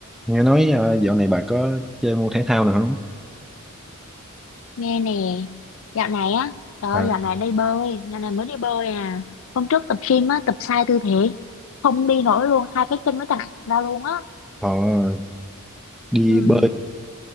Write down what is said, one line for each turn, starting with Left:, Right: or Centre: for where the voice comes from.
Centre: nghe nói ờ, dạo này bà có chơi môn thể thao nào không
Left: Nghe nè, dạo này á, trời ơi,
Centre: à
Left: dạo này đi bơi, dạo này mới đi bơi à. Hôm trước tập gym á, tập sai tư thế, không đi nổi luôn, hai cái chân nó chằng ra luôn á.
Centre: họ đi
Left: Ừ,
Centre: bơi